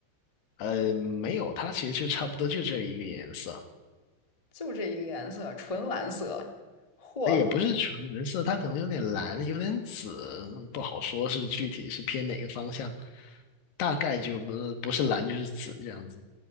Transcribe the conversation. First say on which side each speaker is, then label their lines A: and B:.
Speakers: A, on the left; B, on the left.
A: 呃，没有，它其实就差不多就这一个颜色。
B: 就这一个颜色，纯蓝色。嚯，
A: 也不是纯蓝色，它可能有点蓝，有点紫，嗯不好说是具体是偏哪个方向，大概就不是不是蓝就是紫这样子。